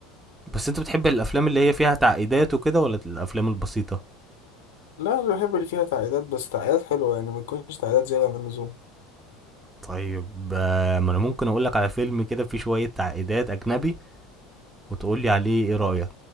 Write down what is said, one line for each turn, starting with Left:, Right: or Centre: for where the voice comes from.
Right: بس انت بتحب الافلام اللي هي فيها تعقيدات وكده ولا الافلام البسيطه
Left: لا انا بحب اللي فيها تعقيدات بس تعقيدات حلوة يعني ما تكونش تعقيدات زيادة عن اللزوم
Right: طيب آه، ما انا ممكن اقولك على فيلم كده فيه شوية تعقيدات اجنبي وتقولي عليه ايه رأيك